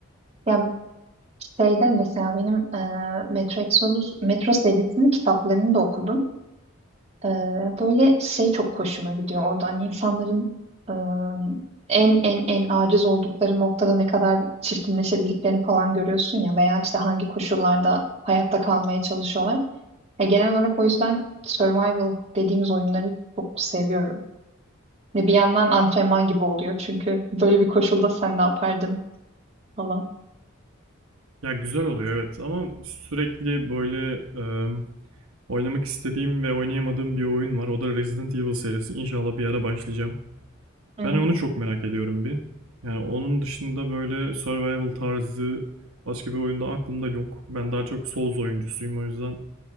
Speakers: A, on the right; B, on the right.
A: Ya Şeyde mesela benim e, Metro Exodus, Metro serisinin kitaplarını da okudum. E, böyle şey çok hoşuma gidiyor orada. Hani insanların e, en en en aciz oldukları noktada ne kadar çirkinleşebildiklerini falan görüyorsun ya veya işte hangi koşullarda hayatta kalmaya çalışıyorlar. E, genel olarak o yüzden survival dediğimiz oyunları çok seviyorum. Ve bir yandan antrenman gibi oluyor çünkü böyle bir koşulda sen ne yapardın falan.
B: Ya güzel oluyor evet ama sürekli böyle e, oynamak istediğim ve oynayamadığım bir oyun var. O da Resident Evil serisi. İnşallah bir ara başlayacağım.
A: Hmm.
B: Ben onu çok merak ediyorum bir. Yani onun dışında böyle survival tarzı başka bir oyunda aklımda yok. Ben daha çok Souls oyuncusuyum o yüzden